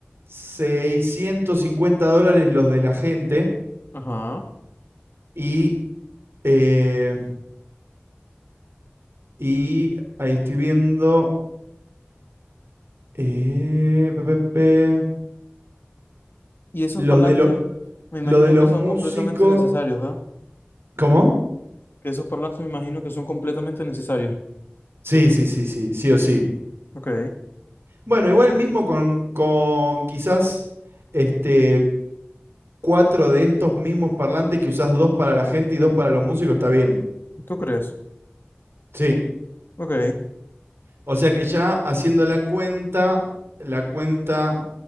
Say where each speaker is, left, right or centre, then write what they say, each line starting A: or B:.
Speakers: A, on the right (about 85°); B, on the left (about 60°).
A: 650 dólares los de la gente.
B: Ajá.
A: Y. eh, y ahí estoy viendo. eh, pe, pe, pe,
B: Y esos
A: los
B: parlantes,
A: de, lo-
B: me imagino
A: lo de los
B: que son
A: músicos.
B: completamente necesarios, ¿verdad?
A: ¿Cómo?
B: Que esos parlantes me imagino que son completamente necesarios.
A: Sí, sí, sí, sí, sí o sí.
B: Ok,
A: Bueno, igual mismo con, con quizás este, cuatro de estos mismos parlantes que usás dos para la gente y dos para los músicos, está bien.
B: ¿tú crees?
A: Sí.
B: Ok,
A: O sea que ya haciendo la cuenta, la cuenta